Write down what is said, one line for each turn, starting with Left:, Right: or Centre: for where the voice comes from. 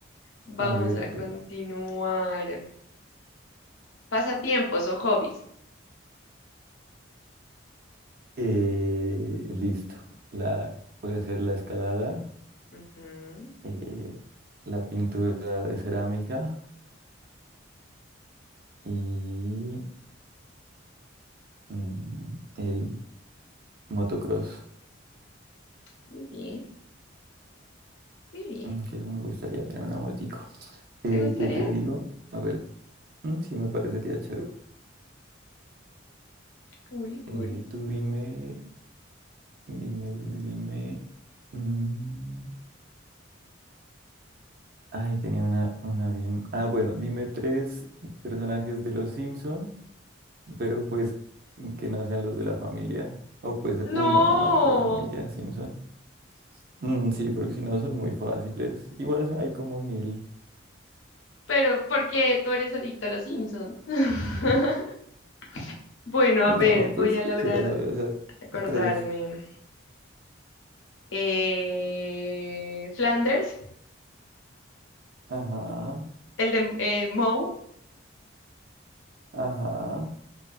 Left: vamos
Right: A ver
Left: a
Right: tú.
Left: continuar. Pasatiempos o hobbies.
Right: Eh, listo. La, puede ser la escalada,
Left: Ujú.
Right: eh, la pintura de cerámica y mm, el motocross.
Left: Muy bien, muy bien.
Right: Mm, Que eso me gustaría tener una motico. Eh,
Left: ¿Te gustaría?
Right: ¿qué te digo? A ver, mm, sí me parecería chévere.
Left: Cool, cool.
Right: Eh, tú dime, dime, dime, dime. mm, Ay, tenía una, una bien. Ah, bueno, dime tres personajes de los Simpsons, pero pues que no sean los de la familia. O pues uno
Left: No,
Right: nomás de la familia Simpson. Mm, sí, porque si no son muy fáciles. Igual son- hay como mil.
Left: pero porque tú eres adicto a los Simpsons. <laughs> Bueno, a
Right: No,
Left: ver, voy
Right: pues
Left: a
Right: cualquiera
Left: lograr
Right: sabe, o sea,
Left: acordarme.
Right: tres.
Left: Eh, Flanders,
Right: Ajá,
Left: el de eh, Moe
Right: ajá.